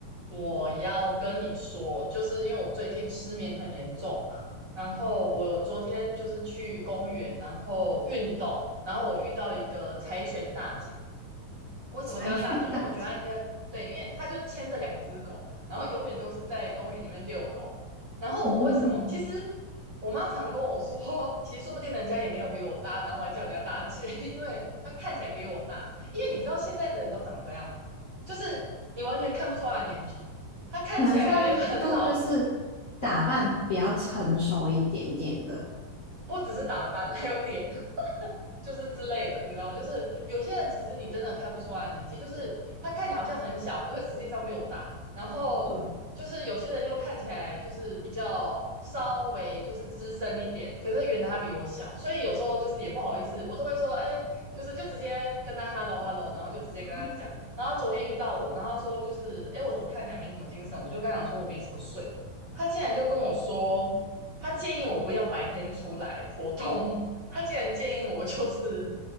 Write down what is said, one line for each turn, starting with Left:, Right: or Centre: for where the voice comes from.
Right: 我要跟你说，就是因为我最近失眠很严重嘛，然后我昨天就是去公园，然后运动，然后我遇到一个柴犬大姐，为什么叫它大姐？
Left: 柴犬大姐
Right: 因为我觉得它应该对，因为它就牵着两只狗，然后永远都是在公园里面遛狗。然后我为什么？
Left: 哦，
Right: 其实我妈常跟我说，其实说不定人家也没有比我大，然后还叫人家大姐，<laughs> 因为她看起来比我大。因为你知道现在的人都长这样嘛就是你完全看不出她的年纪，她看起来很老，
Left: 可能她就她就是打扮比较成熟一点点的。
Right: 不只是打扮，还有脸。就是之类的，你知道吗？就是有些人其实你真的看不出来年纪，就是他看起来好像很小，可是实际上比我大。然后就是有些人又看起来就是比较稍微就是资深一点，
Left: 对，
Right: 可是原来他比我小，所以有时候就是也不好意思，我都会说，哎、就是就直接跟他 hello hello，然后就直接跟他讲。
Left: 好，
Right: 然后昨天遇到我，然后他说就是，哎、我怎么看起来没什么精神？我就跟他讲说我没什么睡，他竟然就跟我说。他建议我不要白天出来活动，他竟然建议我就是